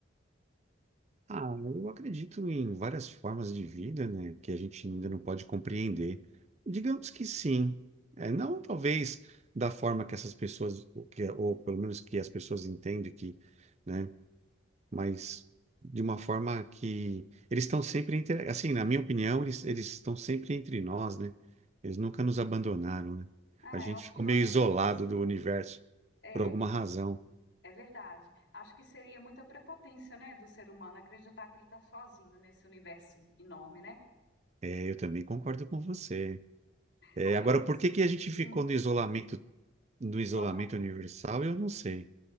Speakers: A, on the right (about 35°); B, on the left (about 75°).
A: Ah, eu acredito em várias formas de vida, né? Que a gente
B: Sim,
A: ainda não pode compreender. Digamos que sim. É,
B: é.
A: não, talvez, da forma que essas pessoas, ou que- ou pelo menos que as pessoas entendem que, né? mas de uma forma que eles estão sempre entre, assim, na minha opinião, eles eles estão sempre entre nós, né? Eles nunca nos abandonaram, né?
B: Ah,
A: A gente
B: eu acho
A: ficou
B: que nós
A: meio
B: seríamos.
A: isolado do universo
B: É,
A: por alguma razão.
B: é verdade. Acho que seria muita prepotência, né, do ser humano acreditar que ele está sozinho nesse universo enorme, né?
A: É, eu também concordo com você. É,
B: Ô, Emerson,
A: agora, por que que a gente ficou
B: hum,
A: no isolamento no isolamento
B: pode falar.
A: universal? Eu não sei.